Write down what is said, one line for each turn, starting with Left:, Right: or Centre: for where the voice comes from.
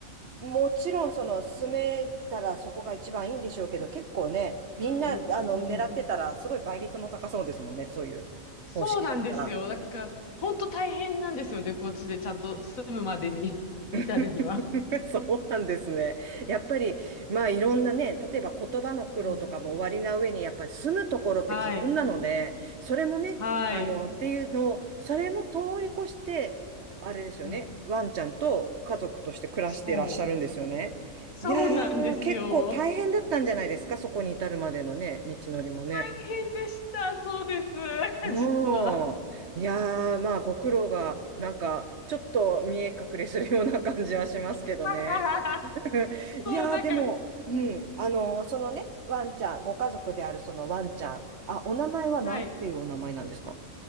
Right: もちろん、その、住めたらそこが一番いいんでしょうけど、結構ね、みんな、
Left: うんうん。
Right: あの、
Left: うん。
Right: 狙ってたら、すごい倍率も高そうですもんね、そういう方式だったら。
Left: そうなんですよ。だから、本当大変なんですよね。こっちでちゃんと住むまでに <laughs> 至るには。
Right: <laughs> そうなんですね。やっぱり、まあいろんなね、例えば言葉の苦労とかも終わりな上に、
Left: うん。
Right: やっぱり住むところって基本なので、
Left: はい。
Right: それもね、
Left: はい。
Right: あの、っていうのを、それも通り越して、あれですよね、
Left: うん。
Right: ワンちゃんと家族として暮らしていらっしゃるんですよね。
Left: そう。そうなんですよ。
Right: いやー、結構大変だったんじゃないですか、そこに至るまでのね、道のりもね。
Left: 大変でした。そうです。<laughs>
Right: もうん。
Left: 実は。
Right: いやー、まあご苦労が、なんか、ちょっと見え隠れするような感じはしますけどね。
Left: <laughs>
Right: <laughs>
Left: そう、
Right: いやー、
Left: なんか、
Right: でも、うん、あのーそのね、ワンちゃん、ご家族であるそのワンちゃん、あ、お名前はなんていうお名前なんですか
Left: はい。